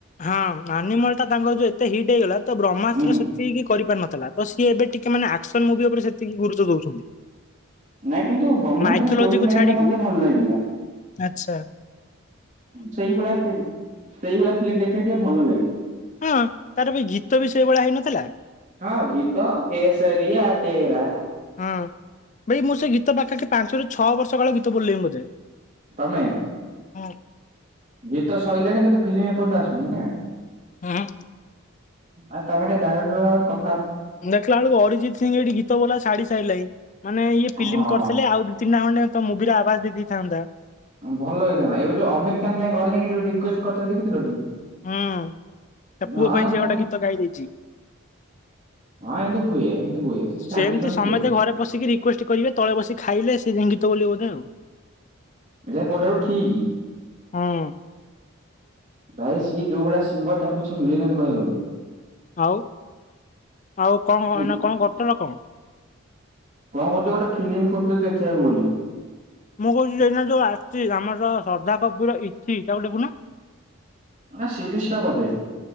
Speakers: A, on the left; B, on the right.
A: ହଁ ଆନିମଲ ଟା ତାଙ୍କର ଯୋଉ ଏତେ ହିଟ୍ ହେଇଗଲା ତ ବ୍ରହ୍ମାସ୍ତ୍ର
B: ହୁଁ
A: ସେତିକି କରି ପାରି ନଥିଲା ତ ସିଏ ଏବେ। ଟିକେ ମାନେ ଆକ୍ସନ ମୁଭି ଉପରେ ସେତିକି ଗୁରୁତ୍ୱ ଦଉଛନ୍ତି।
B: ନାଇଁ କିନ୍ତୁ ବ୍ରହ୍ମାସ୍ତ୍ର
A: ମାଇଥୋଲୋଜି
B: ଷ୍ଟୋରି
A: କୁ
B: ଲାଇନ
A: ଛାଡିକି
B: ଟା ମତେ ଭଲ ଲାଗିଲା
A: ଆଛା।
B: ସେଇଭଳିଆ ଫିମ୍ ସେଇଭଳିଆ ଫିଲ୍ମ ଦେଖେଲେ ଟିକେ ଭଲ ଲାଗେ।
A: ହଁ ତାର ବି ଗୀତ ବି ସେଇଭଳିଆ ହେଇନଥିଲା
B: ହଁ ଗୀତ କେସରିଆ ତେରା।
A: ହଁ ଭାଇ ମୁଁ ସେ ଗୀତ ପାଖା ପାଖି ପାଞ୍ଚରୁ ଛଅ ବର୍ଷ କାଳ ଗୀତ ବୋଲିଲେଇଁ ବୋଧେ।
B: ତମେ!
A: ହୁଁ
B: ଗୀତ ସଇଲାଣି କିନ୍ତୁ ଫିଲ୍ମ ଏପର୍ଯ୍ୟନ୍ତ ଆସୁନି ନା।
A: ହୁଁ ହୁଁ।
B: ଆଉ ତମେ ଟିକେ ଡାଇରେଟର ସାଙ୍ଗରେ କ
A: ଉଁଦେଖିକ ବେଳକୁ ଅରିଜିତ୍ ସିଂହ ଏଇଠି ଗୀତ ବୋଲା ଛାଡି ସାଇଲାଣି ମାନେ ଇଏ ଫିଲ୍ମ
B: ହଁ
A: କରିଥିଲେ ଆଉ ଦି ତିିନ ଟା ଖଣ୍ଡେ। ତ ମୁଭିିରେ ଆବାଜ ଦେଇ ଦେଇେ ଥାନ୍ତା।
B: ଭଲ ହେଇଥାନ୍ତା ଏବେ ଯୋଉ ଅମିର ଖାନ ଯାଇଁ ଘରେ ଯାଇଁକି ଯୋଉ ରିକୁଏଷ୍ଟ କରିଥିଲେ ଦେଖିଥିଲ ଟି।
A: ହୁଁ ତା ପୁଅ
B: ହଁ
A: ପାଇଁ
B: କଣ
A: ସେ ଗୋଟା ଗୀତ ଗାଇ ଦେଇଛି।
B: ହଁ ଏମତି ହୁଏ। ସେ
A: ସେମିତି
B: ଛାଡି ଦେଇଛନ୍ତି
A: ସମେତେ
B: ଯେ
A: ଘରେ ପଶିକି ରିକୁଏଷ୍ଟ କରିବେ ତଳେ ବସିକି ଖାଇଲେ ସେ ଯାଇଁ ଗୀତ ବୋଲିବେ ବୋଧେ ଆଉ।
B: ଏଠା କୋଉଟାକୁ ଠିକ।
A: ହଁ
B: ଭାଇ ସିଏ ଯୋଉ ଭଳିଆ ସିଙ୍ଗର ତାଙ୍କୁ କିଛି ମିଳିଲାନି କହିବାକୁ ଗଲେ।
A: ଆଉ ଆଉ କଣ
B: ଠିକ୍
A: ଏଇନା କରୁଥିଲ କଣ।
B: କଣ କରୁଛି ଗୋଟେ ଫିଲ୍ମ ଖୋଜୁଥିଲି ଦେଖିଆକୁ ବୋଲି।
A: ମୁଁ କହୁଛି ଏଇନା ଯୋଉ ଆସିଛି ଆମର ଶ୍ରଦ୍ଧା କପୁର ଇଥି ତାକୁ ଦେଖୁନ।
B: ନା ସିରିଜ ଟା ବୋଧେ।